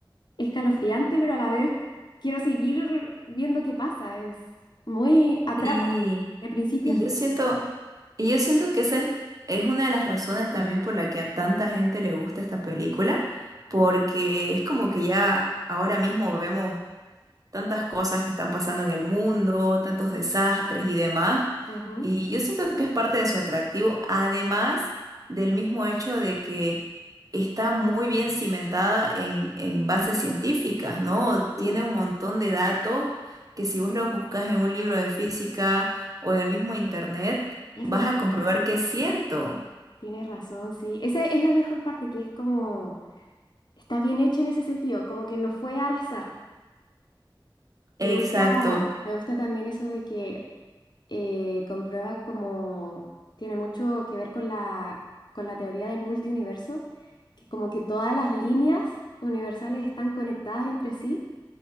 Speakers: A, on the left (about 60°); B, on the right (about 45°).
A: escalofriante, pero a la vez quiero seguir viendo qué pasa, es muy atrapa,
B: Sí,
A: de principio
B: y
A: a fin.
B: yo siento, y yo siento que esa es es una de las razones también por la que a tanta gente le gusta esta película, porque es como que ya ahora mismo vemos tantas cosas que están pasando en el mundo, tantos desastres y demás.
A: Ujú, ujú,
B: Y yo siento que es parte de su atractivo, además del mismo hecho de que está muy bien cimentada en, en bases científicas, ¿no?
A: sí,
B: Tiene un montón de datos que si vos los buscas en un libro de física o en el mismo internet,
A: es
B: vas
A: verdad,
B: a comprobar que es cierto.
A: tienes razón, sí. Esa es la mejor parte, que es como está bien hecha en ese sentido, como que no fue al azar. Me
B: Exacto.
A: gusta, me gusta también eso de que eh, comprueba como tiene mucho que ver con la, con la teoría del multiuniverso, que como que todas las líneas universales están conectadas entre sí